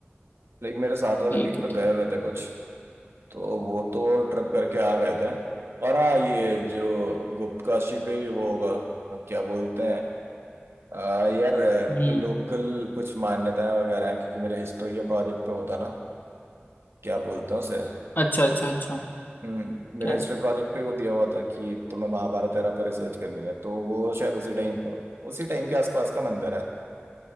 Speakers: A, on the right; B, on the left.
A: लेकिन मेरे साथ वाले
B: ठीक
A: बीच
B: है
A: पे गए हुए थे कुछ तो वो तो ट्रिप करके आ गए थे और हाँ ये जो गुप्त काशी पे ही वो होगा क्या बोलते हैं अ, यार
B: हम्म
A: लोकल कुछ मान्यताएं वगैरह हैं क्योंकि मेरे हिस्ट्री के प्रोजेक्ट पे होता ना क्या बोलते हैं उसे
B: अच्छा अच्छा अच्छा
A: हम्म, मेरा
B: क्या
A: हिस्ट्री
B: है
A: प्रोजेक्ट पे वो दिया हुआ था कि तुम्हें महाभारत एरा पर रिसर्च करनी है तो वो शायद उसी टाइम उसी टाइम के आसपास का मंदिर है